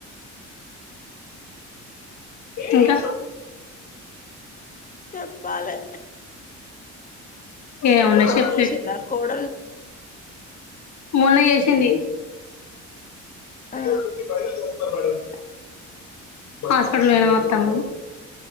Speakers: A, on the left; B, on the left.
A: ఇంకా
B: చెప్పాలే
A: ఏముంది
B: ఫోన్
A: చెప్పేటి
B: చేసిందా కోడలు
A: మొన్న చేసింది వీడియో
B: ఆ
A: వైరల్ చేస్తారు మేడమ్ హాస్పిటల్ పోయినంఅత్తమ్మ